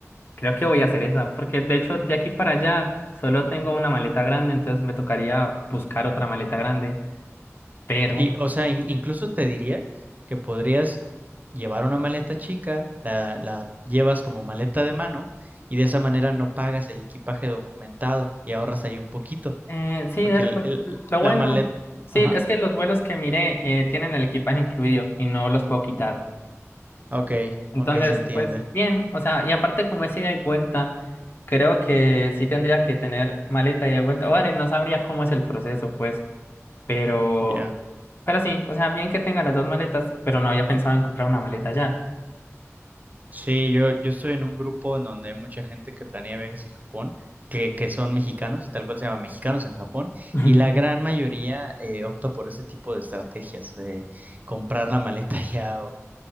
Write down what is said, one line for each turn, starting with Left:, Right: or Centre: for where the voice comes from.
Left: Creo que voy a hacer esa, porque de hecho de aquí para allá solo tengo una maleta grande, entonces me tocaría buscar otra maleta grande. Pero,
Right: Y, o sea, in- incluso te diría que podrías llevar una maleta chica, la, la llevas como maleta de mano y de esa manera no pagas el equipaje documentado y ahorras ahí un poquito,
Left: eh, sí,
Right: porque
Left: dale,
Right: el-
Left: pues,
Right: el-
Left: lo
Right: la
Left: bueno,
Right: maleta...
Left: sí,
Right: Ajá.
Left: es que los vuelos que miré eh, tienen el equipaje incluido y no los puedo quitar.
Right: Ok,
Left: Entonces,
Right: ok, se entiende.
Left: pues bien, o sea, y aparte como es ida y vuelta, creo que sí tendría que tener maleta ida y vuelta. Vale, no sabría cómo es el proceso, pues, pero,
Right: Ya.
Left: pero sí, o sea, bien que tenga las dos maletas, pero no había pensado en comprar una maleta ya.
Right: Sí, yo, yo estoy en un grupo en donde hay mucha gente que planea viajes en Japón, que, que son mexicanos y tal cual se llama Mexicanos en Japón,
Left: <laughs>
Right: y la gran mayoría eh, opta por ese tipo de estrategias, de comprar la maleta <laughs> ya o,